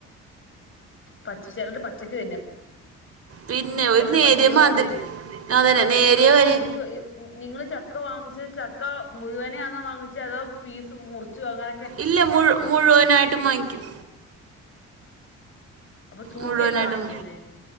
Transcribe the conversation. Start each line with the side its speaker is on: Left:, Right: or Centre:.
Left: പച്ച ചെലത് പച്ചക്ക് തിന്നും
Right: പിന്നെ ഒരു
Left: ചെലത്
Right: നേരിയ
Left: പച്ചയോടെ
Right: മതി
Left: തിന്നാം
Right: അതന്നെ
Left: അതായത്
Right: നേരിയ
Left: നിങ്ങളീ
Right: വരെ
Left: മുറിച്ച് നിങ്ങള് ചക്ക വാങ്ങിച്ചത് ചക്ക മുഴുവനെയാന്നോ വാങ്ങിച്ചത് അതോ പീസ് മുറിച്ചു വാങ്ങാ
Right: ഇല്ല മുഴു മുഴുവനായിട്ടും വാങ്ങിക്കും
Left: അപ്പൊ തൂക്കിയല്ലേ
Right: മുഴുവനാട്ടും
Left: വാങ്ങിക്കുന്നേ